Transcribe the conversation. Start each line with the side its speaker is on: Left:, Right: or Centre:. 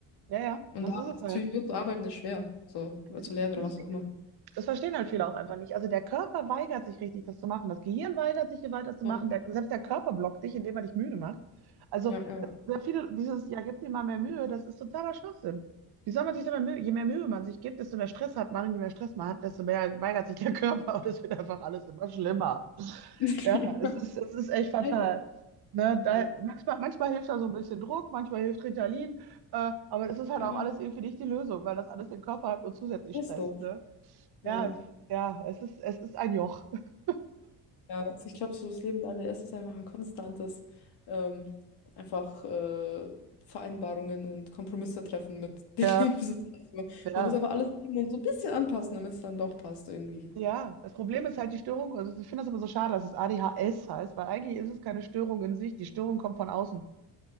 Right: ja, ja,
Left: Und
Right: das
Left: da
Right: ist es
Left: natürlich
Right: halt.
Left: wird zu arbeiten ist schwer. So, oder
Right: Das
Left: zu lernen
Right: das
Left: oder was
Right: ist wirklich.
Left: auch immer.
Right: Das verstehen halt viele auch einfach nicht. Also der Körper weigert sich richtig, das zu machen. Das Gehirn weigert sich, hier weiterzumachen.
Left: Ja,
Right: Der, selbst der Körper blockt dich, indem er dich müde macht. Also
Left: ja, ja.
Right: es- sehr viele, dieses, ja, gib dir mal mehr Mühe, das ist totaler Schwachsinn. Wie soll man sich denn mehr Mühe, je mehr Mühe man sich gibt, desto mehr Stress hat man und je mehr Stress man hat, desto mehr weigert sich der <laughs> Körper und es wird einfach alles immer schlimmer.
Left: <laughs>
Right: Ja, es ist, es ist echt fatal.
Left: Leider.
Right: Ne, da,
Left: Ja,
Right: manchmal, manchmal hilft da so ein bisschen Druck, manchmal hilft Ritalin, äh, aber das ist halt
Left: ja,
Right: auch alles irgendwie nicht die Lösung, weil das alles den Körper halt nur zusätzlich
Left: das
Right: stresst,
Left: ist doof.
Right: ne?
Left: Ja,
Right: Ja, ja, es ist, es ist ein Joch. <laughs>
Left: ja. Also ich glaube, so das Leben mit ADS ist einfach ein konstantes, ähm, einfach äh, Vereinbarungen und Kompromisse treffen mit <laughs> den
Right: Ja,
Left: Lebenssituationen.
Right: ja,
Left: Man muss aber alles nehmen so ein bisschen anpassen, damit es dann doch passt irgendwie.
Right: ja. Das Problem ist halt die Störung, also ich finde das immer so schade, dass es ADHS heißt, weil eigentlich ist es keine Störung in sich, die Störung kommt von außen.